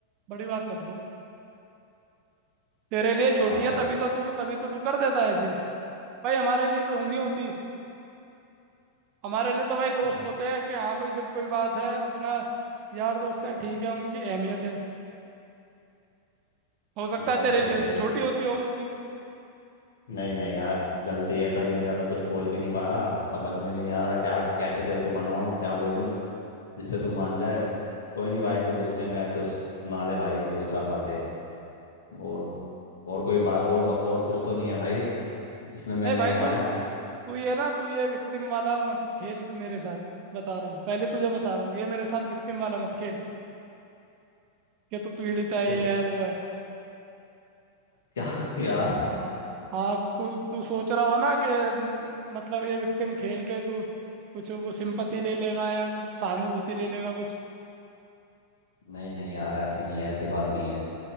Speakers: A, on the right; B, on the left.
A: बड़ी बात मत बोल तेरे लिए छोटी
B: माफ
A: है
B: कर
A: तभी
B: दे।
A: तो तू तभी तो तू कर देता है ऐसे भाई हमारे लिए तो नहीं होती हमारे लिए तो भाई दोस्त
B: आ,
A: होते हैं कि हाँ भाई जब कोई बात है अपना यार दोस्त हैं ठीक है उनकी अहमियत है हो सकता
B: बात
A: है तेरे
B: तो
A: लिए
B: सही
A: छोटी होती हो वो चीज़
B: नहीं नहीं यार गलती है तभी मैं ज्यादा कुछ बोल भी नहीं पा रहा समझ में भी नहीं आ रहा क्या कैसे तेरे को मनाऊं क्या बोलूं जिससे तू मान जाए कोई नहीं भाई तू गुस्से में है तो सुना ले भाई दो चार बातें और और कोई बात और और कुछ तो नहीं है भाई जिसमें मैं
A: नहीं
B: नहीं
A: भाई
B: आया
A: तू तू ये ना तू ये विक्टिम वाला मत खेल मेरे साथ बता रहा हूँ पहले तुझे बता रहा हूँ ये मेरे साथ विक्टिम वाला मत खेल कि तू पीड़ित है
B: तो
A: ये है वो है
B: क्या <laughs> यार
A: हाँ हाँ तू तू सोच रहा हो ना कि म, मतलब ये विक्टिम खेल के तू कुछ वो सिंपति ले लेगा या सहानुभूति ले लेगा कुछ
B: नहीं नहीं यार ऐसे नहीं है ऐसी बात नहीं है